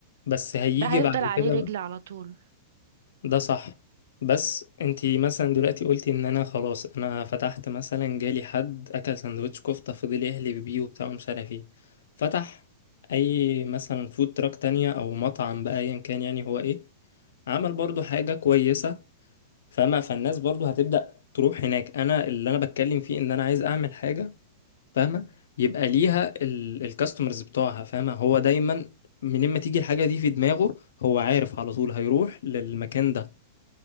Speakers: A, on the left (about 75°); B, on the right (about 65°).
A: بس هيجي
B: ده هيفضل
A: بعد
B: عليه
A: كده
B: رجل
A: بقى.
B: على طول
A: ده صح بس انتي مثلا دلوقتي قلتي ان انا خلاص انا فتحت مثلا جالي حد اكل سندوتش كفتة فضل يحلف بيه وبتاع ومش عارف ايه فتح اي مثلا فود تراك تانية او مطعم بقى ايا كان يعني هو ايه عمل برضو حاجة كويسة فاهمة فالناس برضو هتبدأ تروح هناك انا اللي انا بتكلم فيه ان انا عايز اعمل حاجة فاهمة يبقى ليها الكاستمرز بتوعها فاهمة هو دايما منين ما تيجي الحاجة دي في دماغه هو عارف على طول هيروح للمكان ده